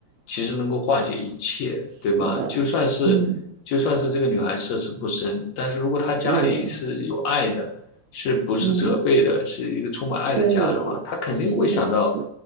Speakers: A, on the left; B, on the right.
A: 其实能够化解一切，
B: 是的，
A: 对吧？就算是就算是这个女孩涉世不深，
B: 嗯，
A: 但是如果她家里是有爱的，
B: 对，
A: 是不是责备的，
B: 嗯，
A: 是一个充满爱的家的话，
B: 对，
A: 她肯定会想到，
B: 是的，是